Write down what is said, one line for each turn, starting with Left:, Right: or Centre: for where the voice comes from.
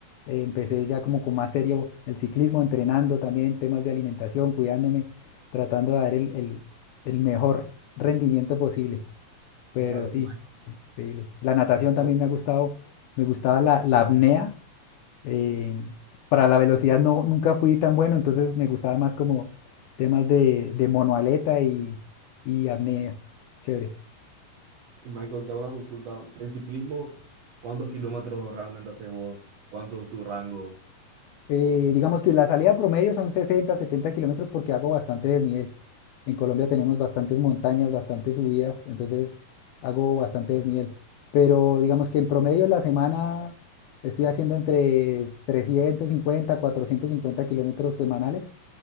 Left: eh, empecé ya como con más serio el ciclismo, entrenando también temas de alimentación, cuidándome, tratando de dar el, el, el mejor rendimiento posible, pero
Right: Claro,
Left: sí,
Right: y Michael,
Left: increíble. La natación
Right: te
Left: también
Right: hago-
Left: me ha gustado, me gustaba la, la apnea eh, para la velocidad no, nunca fui tan bueno, entonces me gustaba más como temas de, de monoaleta y, y apnea. Chévere.
Right: y Michael, te hago una consulta. En ciclismo, ¿cuántos kilómetros realmente haces vos? ¿Cuánto es tu rango?
Left: Eh, digamos que la salida promedio son 60, 70 kilómetros porque hago bastante desnivel. En Colombia tenemos bastantes montañas, bastantes subidas, entonces hago bastante desnivel. Pero digamos que en promedio la semana estoy haciendo entre 350, 450 kilómetros semanales